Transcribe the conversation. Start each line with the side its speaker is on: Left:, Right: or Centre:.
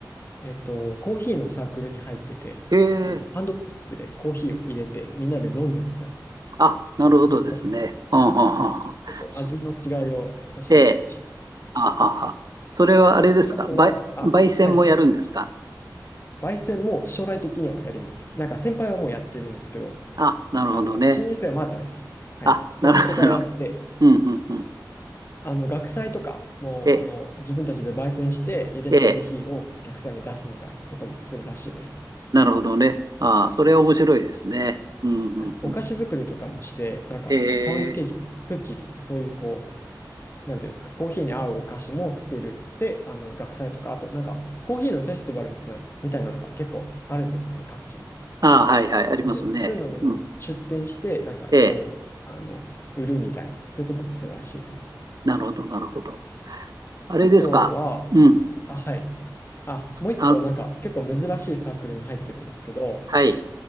Left: えっと、コーヒーのサークルに入ってて、
Right: ええ。
Left: あの、ハンドドリップでコーヒーを入れて、みんなで飲むみたいな、
Right: あ、なるほどですね。
Left: <laughs> サークルに入ってて、
Right: はははあはあそ
Left: 結構味の違いを確かめたりしたり。
Right: ええ。あはあはあ。それはあれですかば焙煎もやるんですか
Left: あとは、あ、はい、焙煎も将来的にはやります。なんか先輩はもうやってるんですけど、
Right: あ、なるほどね。
Left: あの、新入生はまだです。はい。
Right: あ、なるほど。
Left: でもこれからやって、
Right: なるほどうん、うん、うん。
Left: あの、学祭とか、もう、
Right: ええ、
Left: あの、自分たちで焙煎して入れたコーヒーをお客さんに出すみたいなこともするらしいです。
Right: ええ。なるほどね。ああ、それは面白いですね。うん、
Left: はい。
Right: うん、
Left: お菓子作りとかもして、
Right: うん。
Left: なんか、
Right: ええ。
Left: パウンドケーキとか、クッキーとか、そういうこう、なんていうんですか、コーヒーに合うお菓子も作る。で、あの、学祭とか、あと、なんか、コーヒーのフェスティバルみたいなみたいなのが結構あるんですよね、各地に。
Right: ああ、はい、はい。ありますね。
Left: なんで、そういうのにも出店して、
Right: うん。
Left: なんか、
Right: ええ。
Left: いろいろ、あの、売るみたいな、そういうこともするらしいです。
Right: なるほど、なるほど。あれですか。
Left: あとは、
Right: うん。
Left: あ、はい。あ、もう一個なんか結構珍しいサークルに入ってるんですけど、
Right: あ、はい。